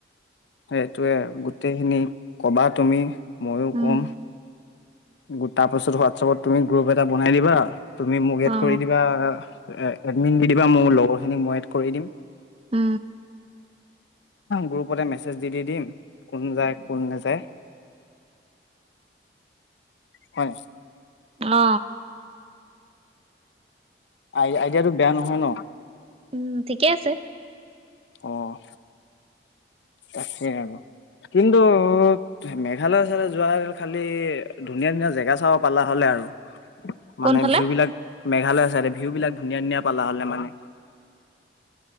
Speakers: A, on the left (about 80°); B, on the right (about 30°).
A: সেইটোৱে, গোটেইখিনি ক'বা তুমি, মইয়ো
B: উম
A: কম। গোটা পাছত হোৱাটছআপত তুমি গ্ৰুপ এটা বনাই দিবা, তুমি মোক এড
B: অ
A: কৰি দিবা, আ এ এডমিন দি দিবা, মোৰ লগৰখিনিক মই এড কৰি দিম।
B: অ।
A: গ্ৰুপতে মেছেজ দি দি দিম, কোন যায়, কোন নাযায়। হয়।
B: অ।
A: আই আইডিয়াটো বেয়া নহয় ন?
B: উম, ঠিকে আছে।
A: অ' তাকে আৰু, কিন্তু অ' মেঘালয়ৰ চাইডে যোৱা হ'লে খালি ধুনীয়া ধুনীয়া জেগা চাব পালা হ'লে আৰু। মানে
B: কোনফালে
A: ভিউবিলাক মেঘালয় চাইডে, ভিউবিলাক ধুনীয়া ধুনীয়া পালা হ'লে মানে।